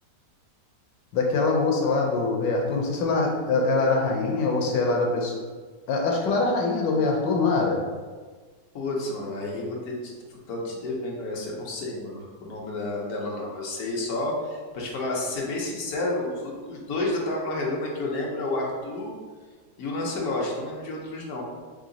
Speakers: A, on the left (about 85°); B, on the left (about 60°).
A: daquela moça lá do Rei Arthur. Não sei se ela, ela ela era rainha ou se ela era pessoa. a- Acho que ela era rainha do Rei Arthur, não era?
B: Putz, mano, aí eu vou ter te, vou tá te devendo essa, eu não sei, mano, o nome da, dela não. Eu sei só pra te falar, ser bem sincero, os únicos dois da Tábua Redonda que eu lembro é o Arthur e o Lancelot. Não lembro de outros não.